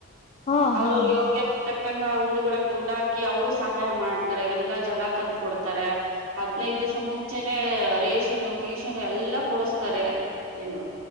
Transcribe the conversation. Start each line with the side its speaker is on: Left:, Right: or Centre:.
Left: ಹಾ
Right: ಅವ್ರವ್ರು
Left: ಹಾ ಹಾ
Right: ಯೋಗ್ಯಕ್ಕೆ
Left: ಹಾ
Right: ತಕ್ಕಂಗ ಉ ಹುಂಡಿವಳಗ್ ದುಡ್ಡು ಹಾಕಿ ಅವರು ಸಹಾಯ ಮಾಡ್ತಾರೆ ಎಲ್ಲಾ ಜನ ತಂದ್ ಕೊಡ್ತಾರೆ ಹದ್ನೈದ್ ದಿಸ ಮುಂಚೆನೆೇ ರೇಷನ್ನು ಗೀಷನ್ನು ಎಲ್ಲಾ. ಕೊಡಿಸ್ತಾರೆ ಏನು